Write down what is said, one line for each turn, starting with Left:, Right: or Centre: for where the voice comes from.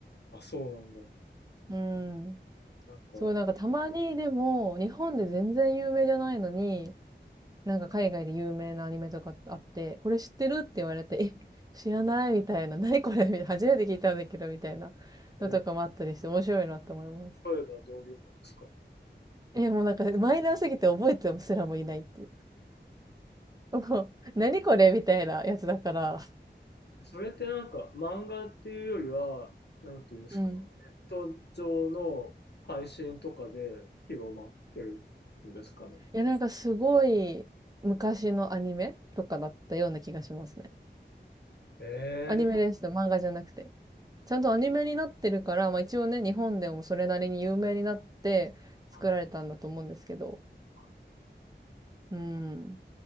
Left: あ、そうなんだ。
Right: うーん。
Left: なんか、
Right: すごいなんかたまにでも、日本で全然有名じゃないのに、なんか海外で有名なアニメとかあって、これ知ってるって言われて、え、知らないみたいな、何これみたいな初めて聞いたんだけど、みたいなのとかもあったりして、
Left: えー
Right: 面白いなと思います。
Left: 例えばどういうのですか
Right: え、もうなんかマイナーすぎて覚えてすらもいないっていう。もう何これみたいなやつだから。
Left: それってなんか漫画っていうよりは、なんていうんですか、
Right: うん。
Left: ネット上の配信とかで広まってるんですかね。
Right: いや、なんかすごい昔のアニメとかだったような気がしますね。
Left: えー、
Right: アニメですと漫画じゃなくて。ちゃんとアニメになってるから、まあ一応ね、日本でもそれなりに有名になって作られたんだと思うんですけど。
Left: はいはいはい。
Right: うん、